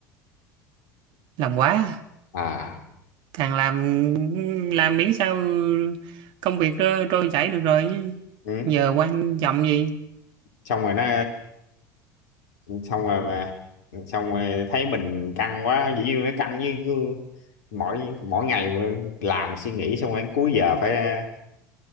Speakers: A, on the right; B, on the left.
A: làm quá à.
B: à
A: càng làm làm miễn sao công việc nó trôi chảy được rồi chứ.
B: ừ.
A: giờ quan trọng gì
B: xong rồi nó xong rồi mà xong rồi thấy mình căng quá dĩ nhiên nó căng với cứ mỗi mỗi ngày mà làm suy nghĩ xong rồi cuối giờ phải à,